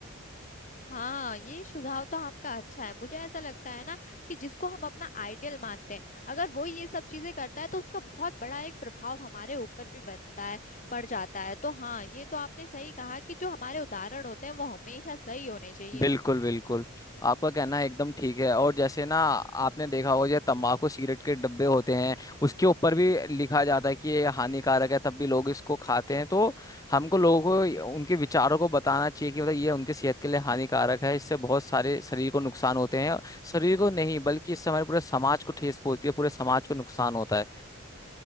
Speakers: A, on the left; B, on the left.
A: हाँ ये सुझाव तो आपका अच्छा है मुझे ऐसा लगता है ना कि जिसको हम अपना आइडियल मानते हैं अगर वो ये सब चीजें करता है तो उसका बहुत बड़ा एक प्रभाव हमारे ऊपर भी बनता है पड़ जाता है तो हाँ ये तो आपने सही कहा कि जो हमारे उदाहरण होते हैं वो हमेशा सही होने चाहिए
B: बिल्कुल बिल्कुल आपका कहना एकदम ठीक है और जैसे ना आपने देखा होगा जो तंबाकू सिगरेट के डब्बे होते हैं उसके ऊपर भी लिखा जाता है कि ये हानिकारक है तब भी लोग इसको खाते हैं तो हमको लोगों को उनके विचारों को बताना चाहिए कि मतलब ये उनके सेहत के लिए हानिकारक है इससे बहुत सारे शरीर को नुकसान होते हैं शरीर को नहीं बल्कि इससे हमारे पूरे समाज को ठेस पहुंचती है पूरे समाज को नुकसान होता है